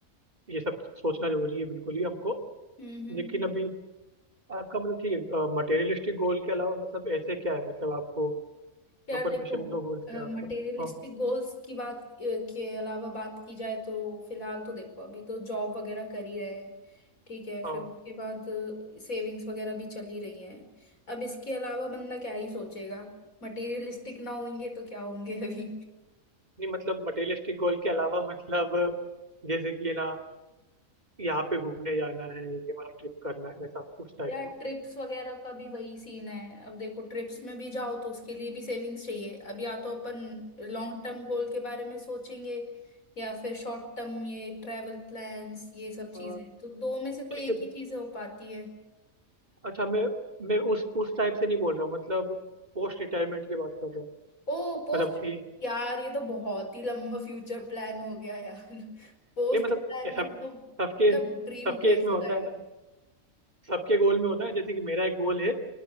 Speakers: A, on the right (about 30°); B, on the left (about 80°).
A: ये सब सोचना जरूरी है बिल्कुल ही हमको
B: हम्म हम्म
A: लेकिन
B: हम्म।
A: अभी आपका मतलब ठीक है मटेरियलिस्टिक गोल के अलावा मतलब ऐसे क्या है मतलब आपको
B: यार
A: सुपरफिशियल
B: देखो
A: लो गोल्स क्या है आपका
B: मटेरियलिस्टिक
A: हाँ
B: गोल्स की बात अ, के अलावा बात की जाए तो फिलहाल तो देखो अभी तो जॉब वगैरह कर ही रहे हैं ठीक है फिर
A: हाँ
B: उसके बाद सेविंग्स वगैरह भी चल ही रही हैं अब इसके अलावा बंदा क्या ही सोचेगा मटेरियलिस्टिक ना होंगे तो क्या होंगे अभी
A: नहीं मतलब मटेरियलिस्टिक गोल के अलावा मतलब जैसे कि ना यहाँ पे घूमने जाना है ये वाला ट्रिप करना है ऐसा उस टाइप
B: यार
A: का
B: ट्रिप्स वगैरह का भी वही सीन है अब देखो ट्रिप्स में भी जाओ तो उसके लिए भी सेविंग्स चाहिए अब या तो अपन लॉन्ग टर्म गोल के बारे में सोचेंगे या फिर शॉर्ट टर्म ये ट्रैवल प्लान्स ये सब चीजें
A: अ,
B: तो दो में से
A: ठीक
B: कोई एक
A: है
B: ही चीज हो पाती है
A: अच्छा मैं मैं उस उस टाइप से नहीं बोल रहा हूँ मतलब पोस्ट रिटायरमेंट की बात कर रहा हूँ
B: ओ पोस्ट
A: मतलब कि
B: यार ये तो बहुत ही लंबा फ्यूचर प्लान हो गया यार <laughs> पोस्ट
A: नहीं मतलब
B: रिटायरमेंट
A: ऐसा
B: तो मतलब
A: सबके सबके
B: ड्रीम टाइप
A: इसमें
B: हो
A: होता
B: जाएगा
A: है ना सबके गोल में होता है जैसे कि मेरा एक गोल है